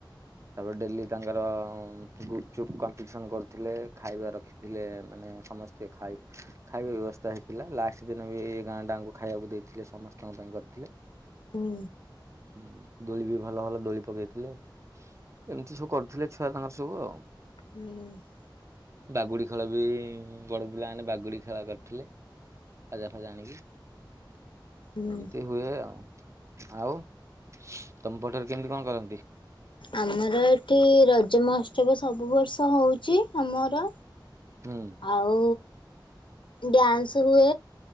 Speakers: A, on the right; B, on the left.
A: ତାପରେ ଡେଲି ତାଙ୍କର ଗୁପ ଚୁପ୍ କମ୍ପିଟିସନ କରୁଥିଲେ ଖାଇବା ରଖି ଥିଲେ ମାନେ ସମସ୍ତେ ଖାଇ ଖାଇବା ବ୍ୟବସ୍ଥା ହେଇଥିଲା ଲାଷ୍ଟ ଦିନ ବି ଏ ଗାଁ ଡାଙ୍କୁ ଖାଇବାକୁ ଦେଇଥିଲେ ସମସ୍ତଙ୍କ ପାଇଁ କରିଥିଲେ।
B: ହୁଁ।
A: ହୁଁ, ଦୋଳି ବି ଭଲ ଭଲ ଦୋଳି ପକେଇଥିଲେ। ଏମତି ସବୁ କରୁଥିଲେ ଛୁଆ ତାଙ୍କର ସବୁ ଆଉ।
B: ହୁଁ।
A: ବାଗୁଡି ଖେଳ ବି ବଡ ପିଲାମାନେ ବାଗୁଡି ଖେଳ କରିଥିଲେ। ବାଜା ଫାଯା ଆଣିକି।
B: ହୁଁ
A: ଏମତି ହୁଏ ଆଉ, ଆଉ ତମ ପଟରେ କେମିତି କଁ କରନ୍ତି?
B: ଆମର ଏଠି ରଜ ମହୋତ୍ସବ ସବୁ ବର୍ଷ ହଉଚି ଆମର।
A: ହୁଁ।
B: ଆଉ ଡ୍ୟାନ୍ସ ହୁଏ।